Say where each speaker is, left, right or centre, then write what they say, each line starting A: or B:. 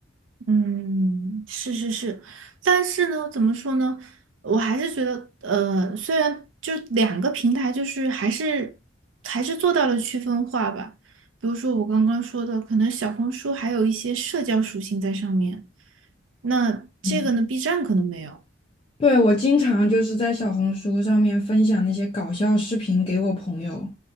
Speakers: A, on the right; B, on the left.
A: 嗯，是是是，但是呢，怎么说呢？我还是觉得，呃，虽然就两个平台，就是还是还是做到了区分化吧。比如说我刚刚说的，可能小红书还有一些社交属性在上面，那这个呢，B
B: 嗯，
A: 站可能没有。
B: 对，我经常就是在小红书上面分享那些搞笑视频给我朋友。